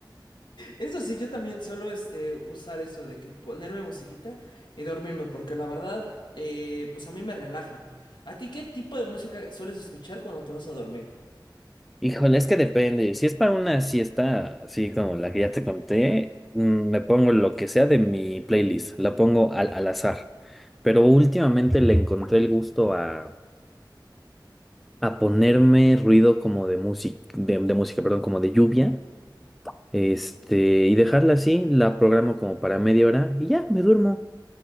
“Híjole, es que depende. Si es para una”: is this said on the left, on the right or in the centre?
Centre